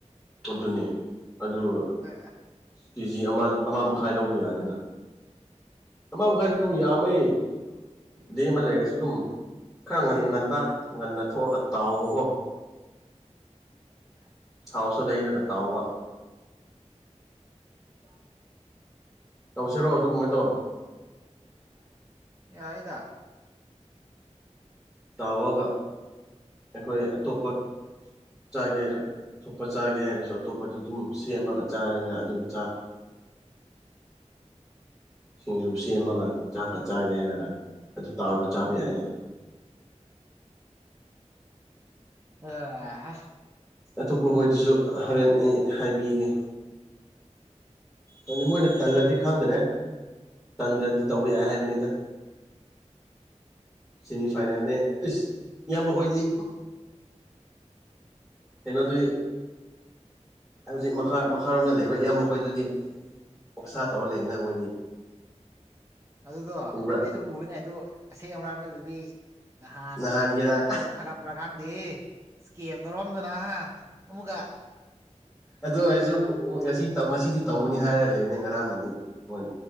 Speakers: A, in the centre; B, on the right.
A: ꯑꯗꯨꯅꯤ ꯑꯗꯨꯒ
B: ꯑꯣ
A: ꯀꯦꯖꯤ ꯑꯃ ꯑꯃ ꯃꯈꯥꯏ ꯂꯧꯕ ꯌꯥꯔꯦꯅ ꯑꯃ ꯃꯈꯥꯏ ꯌꯥꯝꯃꯦ ꯗꯦꯝ ꯑꯃ ꯂꯩꯔꯁꯨ ꯑꯗꯨꯝ ꯈꯔ ꯉꯟ
B: ꯎꯝ
A: ꯉꯟꯕ ꯉꯟꯅ ꯊꯣꯛꯑꯒ ꯇꯥꯎꯕꯀꯣ
B: <inaudible>
A: ꯊꯥꯎꯁꯨ ꯂꯩꯔꯒ ꯇꯥꯎꯕ
B: ꯎꯝꯕꯤ ꯋꯥ
A: ꯇꯧꯁꯤꯔꯣꯑꯣ ꯑꯗꯨꯒꯨꯝꯃꯥꯏ ꯇꯧ
B: ꯑꯦ ꯍꯥꯏꯗ
A: ꯇꯥꯎꯔꯒ ꯑꯩꯈꯣꯏ ꯑꯇꯣꯞꯄ ꯆꯥꯒꯦ ꯍꯥꯏꯔ ꯑ ꯊꯣꯛꯣꯞꯄ ꯆꯥꯒꯦ ꯍꯥꯏꯔꯁꯨ ꯑꯇꯣꯞꯄꯗ ꯑꯗꯨꯝ ꯁꯦꯝꯃꯒ ꯆꯥꯔꯅ ꯑꯗꯨꯝ ꯆꯥ ꯁꯤꯡꯖꯨ ꯁꯦꯝꯃꯒ ꯆꯥꯛꯀ ꯆꯥꯒꯦ ꯍꯥꯏꯔꯒ ꯑꯗꯨ ꯇꯥꯔꯨꯔ ꯆꯥꯕ ꯌꯥꯏ ꯑꯩꯅ
B: ꯑꯣ
A: ꯑꯇꯣꯞꯄ ꯍꯣꯏꯗꯁꯨ ꯍꯣꯔꯦꯟ ꯑꯩ ꯍꯥꯏꯕꯤꯒꯦ ꯇ ꯃꯣꯏꯅ ꯇꯜꯂꯗꯤ ꯈꯪꯗ꯭ꯔꯦ ꯇꯟꯗ꯭ꯔꯗꯤ ꯇꯧꯕ ꯌꯥꯏ ꯍꯥꯏꯕꯅꯤꯗꯪ ꯁꯦꯃꯤꯐꯥꯏꯅꯦꯜꯅꯦ ꯑꯩꯁ ꯌꯥꯝ ꯃꯈ ꯑꯩꯈꯣꯏꯗꯤ ꯀꯩꯅꯣꯗꯨ ꯍꯧꯖꯤꯛ ꯃꯈꯥ ꯃꯈꯥꯔꯣꯝꯗ ꯂꯩꯕ ꯏꯌꯥꯝꯕꯣꯏꯗꯨꯗꯤ ꯑꯣꯧꯁꯥ ꯇꯧꯔ ꯂꯩꯅ ꯃꯣꯏꯗꯤ
B: ꯑꯗꯨꯗꯣ
A: ꯎꯕ꯭ꯔꯥ
B: ꯑꯩꯁꯨ ꯎꯅꯦ ꯑ ꯑꯗꯨ ꯑꯁꯦꯡ ꯑꯃꯔꯝꯗ ꯑꯗꯨꯗꯤ ꯅꯍꯥꯟꯒꯤ
A: ꯅꯍꯥꯟꯒꯤꯔ
B: ꯐꯣꯇꯣꯗ ꯊꯥꯒꯠꯄ꯭ꯔꯥ ꯈꯥꯡꯗꯦ ꯏꯁꯀꯦꯝꯗꯧꯔꯑꯝꯗꯨꯅ ꯑꯃꯨꯛꯀ
A: ꯑꯗꯨ ꯑꯣꯏꯔꯁꯨ ꯉꯁꯤ ꯉꯁꯤꯗꯤ ꯇꯧꯒꯅꯤ ꯍꯥꯏꯔ ꯂꯩꯕꯅꯤ ꯉꯔꯥꯡꯅꯗꯤ ꯃꯣꯏ